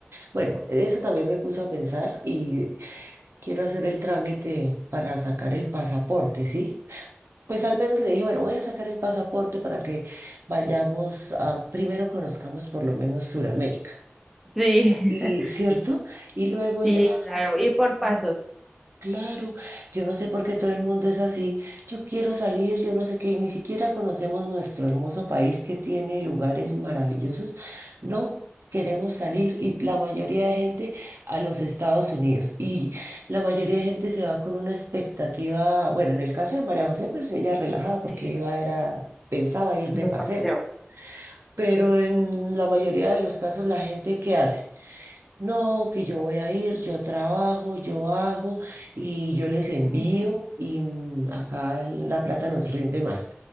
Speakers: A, on the right; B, in the centre.
A: bueno, eso también me puso a pensar y quiero hacer el trámite para sacar el pasaporte, ¿sí? Pues al menos le dije, bueno, voy a sacar el pasaporte para que vayamos a, primero conozcamos por lo menos Suramérica.
B: Sí,
A: Y
B: <laughs>
A: cierto, y luego
B: sí,
A: ya
B: claro, y por pasos,
A: Claro, yo no sé por qué todo el mundo es así. Yo quiero salir, yo no sé qué, y ni siquiera conocemos nuestro hermoso país que tiene lugares maravillosos. No, queremos salir y la mayoría de gente a los Estados Unidos. Y la mayoría de gente se va con una expectativa, bueno, en el caso de María José, pues ella relajada porque
B: sí,
A: iba, era, pensaba ir de
B: de
A: paseo.
B: paseo.
A: Pero en la mayoría de los casos, la gente, ¿qué hace? No, que yo voy a ir, yo trabajo, yo hago y yo les envío
B: Ah,
A: y mm, acá el- la plata nos rinde más.